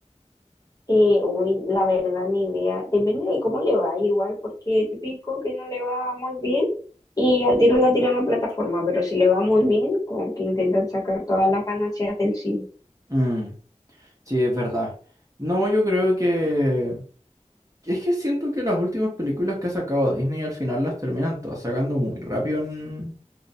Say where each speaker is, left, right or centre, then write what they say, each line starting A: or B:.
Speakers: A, on the left (about 30°); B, on the right (about 25°).
A: Eh, uy, la verdad, ni idea. Depende de cómo le va, igual, porque típico que no le va muy bien y al tiro la tiran a plataforma, pero si le va muy bien, como que intentan sacar todas las ganancias del cine.
B: Mm, sí, es verdad. No, yo creo que... Es que siento que las últimas películas que ha sacado Disney al final las terminan todas sacando muy rápido en